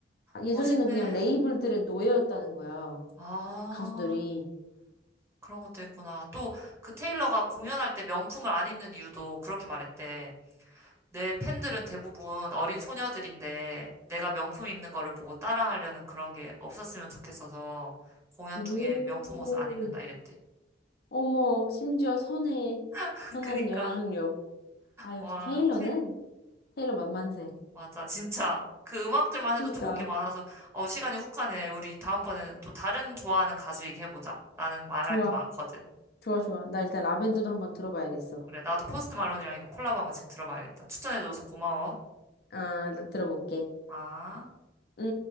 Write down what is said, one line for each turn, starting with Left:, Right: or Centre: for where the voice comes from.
Left: 아, 예전에는
Right: 멋있네.
Left: 그냥 레이블들의 노예였다는 거야.
Right: 아,
Left: 가수들이.
Right: 그런 것도 했구나. 또, 그 테일러가 공연할 때 명품을 안 입는 이유도 그렇게 말했대. 내 팬들은 대부분 어린 소녀들인데, 내가 명품 입는 거를 보고 따라하려는 그런 게 없었으면 좋겠어서, 공연
Left: 오.
Right: 중에 명품 옷을 안 입는다 이랬대.
Left: 어머, 심지어 선해.
Right: <laughs>
Left: 선한
Right: 그니까,
Left: 영향력. 아, 역시
Right: 와,
Left: 테일러는?
Right: 테일러.
Left: 테일러 만만세.
Right: 맞아, 진짜. 그 음악들만 해도
Left: 그니까.
Right: 좋은 게 많아서, 어, 시간이 훅 가네. 우리 다음번에는 또 다른 좋아하는 가수 얘기해보자. 나는 말할
Left: 좋아.
Right: 거 많거든.
Left: 좋아, 좋아. 나 일단 라벤더도 한번 들어봐야겠어.
Right: 그래, 나도 포스트 말론이랑 이거 콜라보한 거 지금 들어봐야겠다. 추천해줘서 고마워.
Left: 아, 나 들어볼게.
Right: 아.
Left: 응?